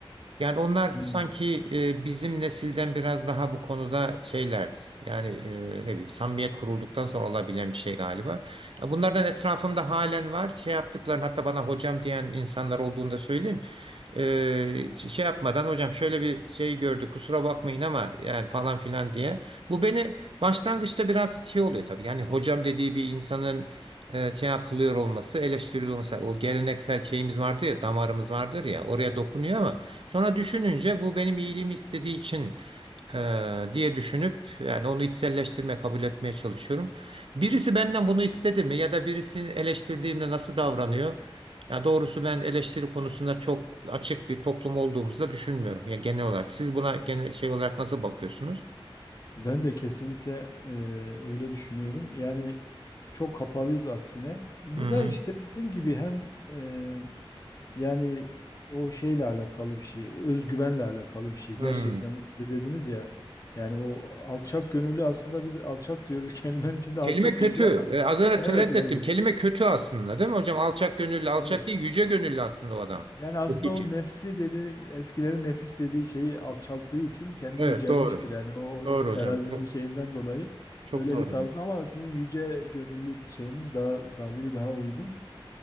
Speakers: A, on the right; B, on the left.
A: Yani onlar
B: Hmm.
A: sanki e, bizim nesilden biraz daha bu konuda şeylerdi. Yani e, ne bileyim samimiyet kurulduktan sonra olabilen bir şey galiba. E, Bunlardan etrafımda halen var. Şey yaptıklarını hatta bana hocam diyen insanlar olduğunu da söyleyeyim. E, şey yapmadan hocam şöyle bir şey gördü kusura bakmayın ama yani falan filan diye. Bu beni başlangıçta biraz şey oluyor tabii. Yani hocam dediği bir insanın e, şey yapılıyor olması, eleştiriliyor olması. O geleneksel şeyimiz vardır ya, damarımız vardır ya oraya dokunuyor ama Sonra düşününce bu benim iyiliğimi istediği için eee, diye düşünüp yani onu içselleştirme kabul etmeye çalışıyorum. Birisi benden bunu istedi mi ya da birisini eleştirdiğimde nasıl davranıyor? Ya doğrusu ben eleştiri konusunda çok açık bir toplum olduğumuzu da düşünmüyorum. Ya genel olarak siz buna genel şey olarak nasıl bakıyorsunuz?
B: ben de kesinlikle e, öyle düşünüyorum. Yani çok kapalıyız aksine. Bu
A: Hmm,
B: da işte dediğim gibi hem e, Yani o şeyle alakalı bir şey, özgüvenle alakalı bir şey.
A: hmm.
B: Gerçekten siz de dediniz ya. Yani o alçak gönüllü aslında biz alçak diyoruz <laughs> kelimenin içinde alçak
A: Kelime kötü.
B: geçiyor ama
A: E, az önce
B: evet
A: tereddüt
B: yani
A: ettim. Kelime kötü aslında, değil mi hocam? Alçak gönüllü, alçak
B: evet.
A: değil, yüce gönüllü aslında o adam.
B: Yani aslında
A: Okuyucu.
B: o nefsi dedi eskilerin nefis dediği şeyi alçalttığı için kendi
A: Evet,
B: yücelmiştir.
A: doğru.
B: Yani o, o
A: Doğru
B: terazinin
A: hocam. Çok
B: şeyinden dolayı
A: Çok
B: öyle
A: doğru.
B: bir tabir ama sizin yüce gönüllü şeyiniz daha tabiri daha uygun.